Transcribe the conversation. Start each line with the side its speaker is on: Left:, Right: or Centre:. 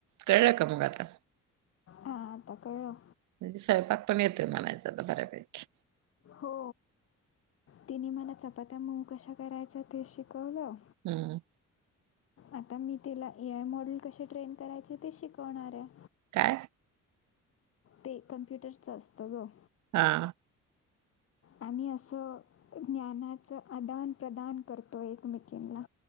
Right: कळलं कां मंग आंता.
Left: हां आंता कळलं.
Right: म्हणजे स्वयंपाक पणं येतोय म्हणायचां तरं बऱ्यांपैकी.
Left: हो. तिने मलां चपांत्या मऊं कशां करांयच ते शिकवलं.
Right: हम्मं.
Left: आंता मी तिलां ए आय मॉडेल कसे ट्रेन करायचे ते शिकवणांर आहे.
Right: कायं?
Left: ते कम्प्युटरचं असतं गं.
Right: हां.
Left: आम्हीं असं ज्ञानाचं आंदान प्रदांन करतो एकमेकींना.